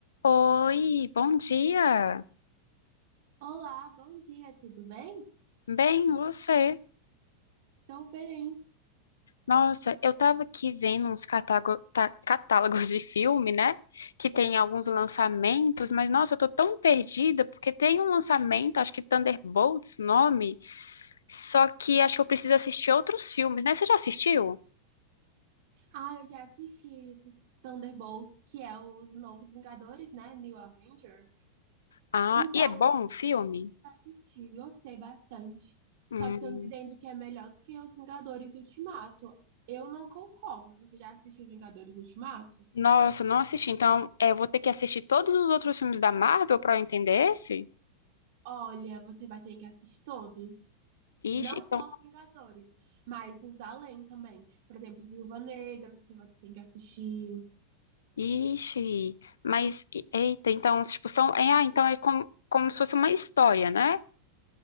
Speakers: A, on the left (about 65°); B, on the right (about 50°).
A: Oi, bom dia.
B: Olá, bom dia, tudo bem?
A: Bem, você?
B: Estou bem.
A: Nossa, eu tava aqui vendo uns catágo- tá- catálogos de filme, né? Que tem alguns lançamentos, mas nossa, eu tô tão perdida porque tem um lançamento, acho que Thunderbolts, o nome, só que acho que eu preciso assistir outros filmes, né? Você já assistiu?
B: Ah, eu já assisti esses Thunderbolts, que é os novos Vingadores, né? New Avengers.
A: Ah,
B: Então,
A: e é bom o filme?
B: gente, gostei bastante.
A: Hum,
B: Só que estão dizendo que é melhor do que os Vingadores Ultimato. Eu não concordo. Você já assistiu Vingadores Ultimato?
A: nossa, não assisti. Então, é, eu vou ter que assistir todos os outros filmes da Marvel pra eu entender esse?
B: Olha, você vai ter que assistir todos.
A: Ixi,
B: Não
A: então
B: só os Vingadores, mas os além também. Por exemplo, Viúva Negra, você vai ter que assistir.
A: Ixi, mas e- eita, então, tipo, são, é, ah, então é como, como se fosse uma história, né?